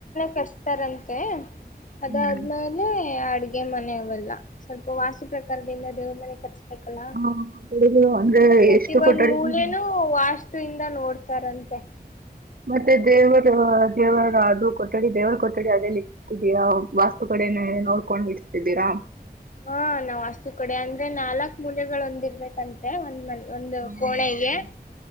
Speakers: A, on the left; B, on the right.
A: ಕರ್ಸ್ತಾರಂತೆ ಅದಾದ್ಮೇಲೆ
B: ಹ್ಮ್
A: ಅಡ್ಗೆ ಮನೆವಲ್ಲ ಸ್ವಲ್ಪ ವಾಸು ಪ್ರಕಾರದ ಇಿಂದ ದೇವ್ರ ಮನೆ ಕಟ್ಸ್ಬೇಕಲ್ಲ
B: ಹ ಕೊಠಡಿಗಳು ಅಂದ್ರೆ
A: ಪ್ರತಿ
B: ಎಷ್ಟು
A: ಒಂದ್
B: ಕೊಠಡಿಗಳು
A: ಮೂಲೆನೂ ವಾಸ್ತುವಿಂದ ನೋಡ್ತಾರಂತೆ
B: ಮತ್ತೆ ದೇವರು ದೇವರ ಅದು ಕೊಠಡಿ ದೇವರ ಕೊಠಡಿ ಅದೇ ಇಕ್ಕತಿದಯಾ ವಾಸ್ತು ಕೊ ೇ ನೋಡ್ಕೊಂಡ್ ಇರ್ತಿದ್ದೀರಾ
A: ಹಾ ನಾವ್ ಅಸ್ತು ಕೊಡೆ ಅಂದ್ರೆ ನಾಲ್ಕ್ ಮೂಲೆಗಳು ಒಂದಿರ್ಬೇಕಂತೆ ಒಂದ್ ಮನೆ ಒಂದು
B: ಹ್ಮ್
A: ಕೋಳೆಗೆ